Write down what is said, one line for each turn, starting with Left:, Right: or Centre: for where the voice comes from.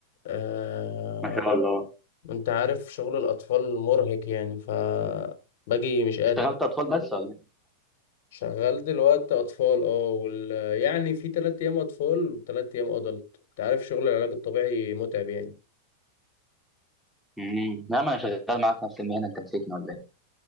Left: آه،
Centre: ما شاء الله
Left: انت عارف شغل الأطفال مرهق يعني ف باجي مش قادر
Centre: اشتغلت اطفال بس ولا ايه
Left: شغال دلوقتي أطفال اه وال... يعني في تلات أيام أطفال وتلات أيام أدلت انت عارف شغل العلاج الطبيعي متعب يعني
Centre: امم لا ما انا شغال معاك نفس المهنه انت نسيتني ولا ايه